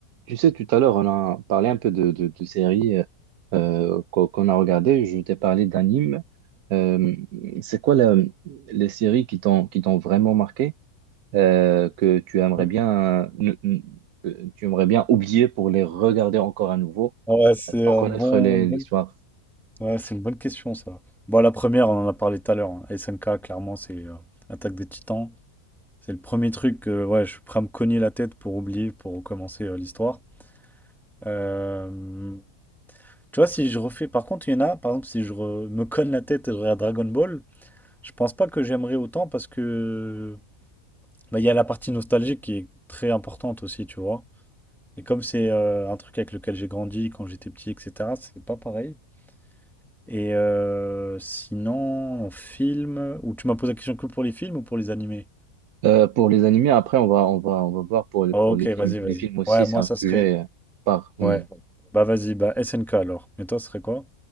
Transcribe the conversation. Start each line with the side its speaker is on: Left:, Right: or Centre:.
Right: Tu sais, tout à l'heure, on a parlé un peu de, de, de séries euh, euh, qu'on qu'on a regardées. Je t'ai parlé d'animes. Euh, c'est quoi la- les séries qui t'ont qui t'ont vraiment marqué euh, que tu aimerais
Centre: Mmh.
Right: bien ne- ne- que tu aimerais bien oublier pour les regarder encore à nouveau
Centre: Ouais, c'est
Right: euh, sans
Centre: un
Right: connaître
Centre: bon,
Right: les-
Centre: une
Right: l'histoire.
Centre: bonne- ouais, c'est une bonne question ça. Bon, la première, on en a parlé tout à l'heure. hein. SNK, clairement, c'est euh, Attaque des Titans. C'est le premier truc que ouais, je suis prêt à me cogner la tête pour oublier, pour recommencer euh, l'histoire. Euh, Tu vois, si je refais, par contre, il y en a, par exemple, si je re- me cogne la tête et je regarde Dragon Ball, je pense pas que j'aimerais autant parce que Bah, il y a la partie nostalgique qui est très importante aussi, tu vois. Et comme c'est euh, un truc avec lequel j'ai grandi quand j'étais petit, etc., c'est pas pareil. Et euh, sinon, en film, ou tu m'as posé la question que pour les films ou pour les animés?
Right: Euh, pour les animés, après, on va on va on va voir pour les,
Centre: Ok,
Right: pour les
Centre: vas-y,
Right: films.
Centre: vas-y.
Right: Les films aussi,
Centre: Ouais,
Right: c'est
Centre: moi
Right: un
Centre: ça serait.
Right: sujet euh, par oui.
Centre: Ouais. Bah vas-y, bah SNK alors. Et toi, ce serait quoi?